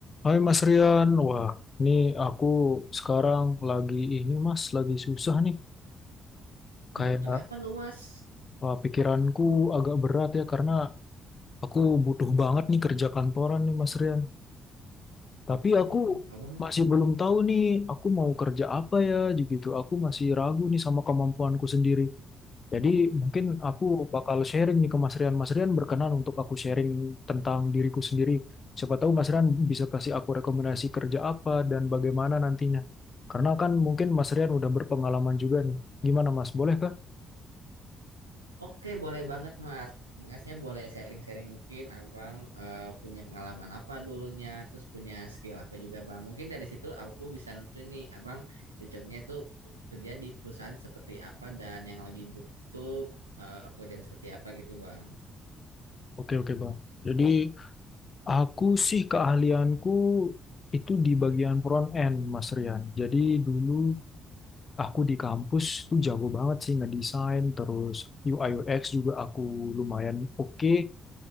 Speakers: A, on the left; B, on the right.
A: Hai Mas Rian, wah ini aku sekarang lagi ini Mas, lagi susah nih. Kayak
B: Oh, kenapa lu, Mas?
A: wah, pikiranku agak berat ya karena aku butuh banget nih kerja kantoran nih Mas Rian. Tapi
B: Hmm,
A: aku
B: abang.
A: masih belum tahu nih aku mau kerja apa ya gitu. Aku masih ragu nih sama kemampuanku sendiri. Jadi mungkin aku bakal sharing nih ke Mas Rian. Mas Rian berkenan untuk aku sharing tentang diriku sendiri. Siapa tahu Mas Rian bisa kasih aku rekomendasi kerja apa dan bagaimana nantinya. Karena kan mungkin Mas Rian udah berpengalaman juga nih. Gimana Mas, boleh kah?
B: Oke, boleh banget, Mas. Masnya boleh sharing-sharing mungkin abang eh, punya pengalaman apa dulunya, terus punya skill apa juga, Bang. Mungkin dari situ aku bisa nentuin nih, abang cocoknya itu kerja di perusahaan seperti apa dan yang lagi butuh eh, pekerjaan seperti apa gitu, Bang.
A: Oke, oke Bang. Jadi aku sih keahlianku itu di bagian front end Mas Rian. Jadi dulu aku di kampus tuh jago banget sih ngedesain, terus UI UX juga aku lumayan oke.